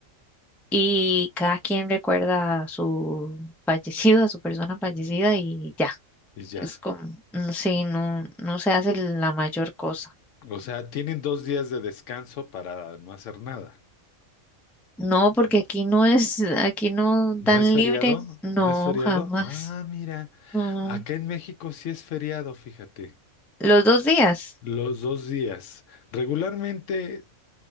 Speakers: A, in the centre; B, on the left (about 70°).
A: y cada quien recuerda a su <laughs> fallecido, a su persona fallecida y ya.
B: Y ya.
A: Es como, mm, sí, no, no se hace la mayor cosa.
B: O sea, tienen dos días de descanso para no hacer nada.
A: No, porque aquí no es, aquí no dan
B: ¿No es feriado?
A: libre. No,
B: ¿No es feriado?
A: jamás.
B: Ah, mira.
A: No.
B: Acá en México sí es feriado, fíjate.
A: Los dos días.
B: Los dos días. Regularmente,